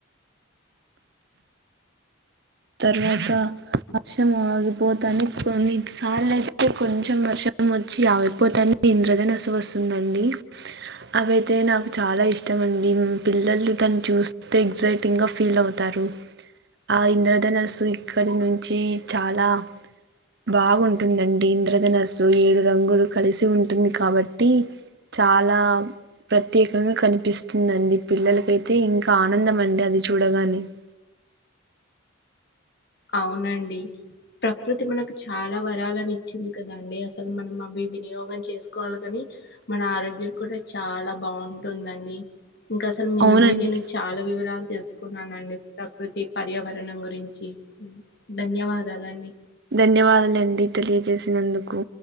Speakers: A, on the right (about 55°); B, on the left (about 50°).
A: తర్వాత వర్షం ఆగిపోతానే కొన్ని సార్లు అయితే కొంచెం వర్షం వచ్చి ఆగిపోతాను ఇంద్రధనసు వస్తుందండి అవైతే నాకు చాలా ఇష్టం అండి పిల్లలు తం చూస్తే ఎక్సైటింగ్ గా ఫీల్ అవుతారు ఆ ఇంద్ర ధనస్సు ఇక్కడి నుంచి చాలా బాగుంటుందండి ఇంద్రధనస్సు ఏడు రంగులు కలిసి ఉంటుంది కాబట్టి చాలా ప్రత్యేకంగా కనిపిస్తుందండి పిల్లలకైతే ఇంకా ఆనందం అండి అది చూడగానే అ <inaudible>
B: ఔనండి ప్రకృతి మనకు చాలా వరాలని ఇచ్చింది కదా అండి అసలు మనం అవి వినియోగం చేసుకోవాలి కాని మన ఆరోగ్యం కూడా చాలా బాగుంటుందండి ఇంకా అసలు మీ
A: అవునండి.
B: నుండి నేను చాలా వివరాలు తెలుసు కున్నానండి ప్రకృతి పర్యావరణం గురించి ధన్యవాదాలండి
A: ధన్యవాదాలండి తెలియజేసినందుకు